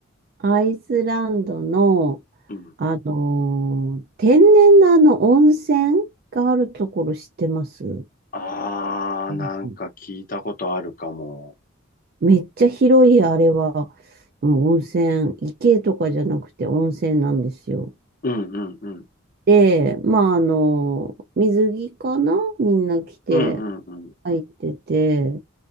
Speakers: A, on the right (about 45°); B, on the left (about 40°).
A: アイスランドの、
B: のうん。
A: あのー天然のあの温泉があるところ知ってますう
B: あー、
A: んうん
B: なんか聞いたことあるかも。
A: めっちゃ広い、あれは、うん温泉、池とかじゃなくて温泉なんですよ。
B: うんうんうん。
A: で、まあ、あの、水着かなみんな着て
B: うんうんうん。
A: 入ってて、